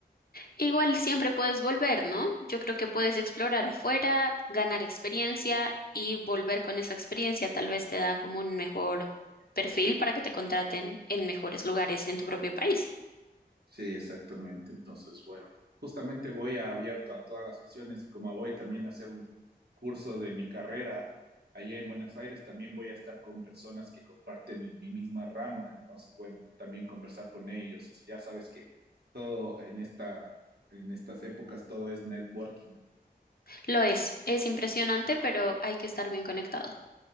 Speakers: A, on the left (about 60°); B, on the right (about 70°).
A: Igual siempre puedes volver, ¿no? Yo creo que puedes explorar afuera, ganar experiencia y volver con esa experiencia tal vez te da como un mejor perfil para que te contraten en mejores lugares en tu propio país.
B: Sí, exactamente. Entonces, bueno, justamente voy a abierto a todas las opciones, como voy también a hacer un curso de mi carrera allá en Buenos Aires, también voy a estar con personas que comparten mi misma rama, entonces, bueno, también conversar con ellos. Y ya sabes que todo en esta, en estas épocas, todo es networking.
A: Lo es, es impresionante, pero hay que estar bien conectado.